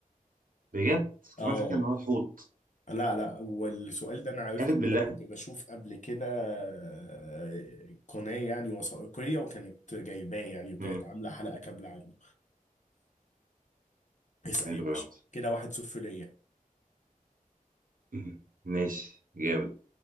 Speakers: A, on the right; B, on the left.
A: بجد
B: اه
A: كمان فاكر إن هو الحوت
B: لا لا والسؤال ده انا عرفته
A: قالب
B: ان
A: بالله
B: انا كنت بشوف قبل كده آه، قناة يعني وثائقية وكانت جايباه يعني وكانت
A: مم.
B: عاملة حلقة كاملة عنه اسأل
A: غريب
B: يا
A: أوي
B: باشا
A: يا عمر.
B: كده واحد صفر ليا
A: مم. ماشي جامد